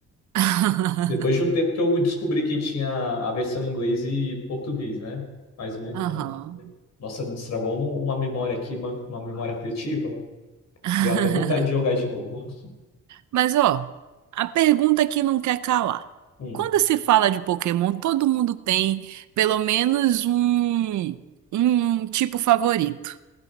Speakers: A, on the right (about 70°); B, on the left (about 60°).
A: <laughs>
B: Depois de um tempo que eu descobri que tinha a versão em inglês e português, né? Mas muito
A: Aham.
B: bom. Nossa, me destravou uma uma memória aqui, uma, uma memória afetiva.
A: <laughs>
B: Deu até vontade de jogar de novo. <laughs>
A: Mas, ó, a pergunta que não quer calar.
B: Hum.
A: Quando se fala de Pokémon, todo mundo tem pelo menos um, um tipo favorito.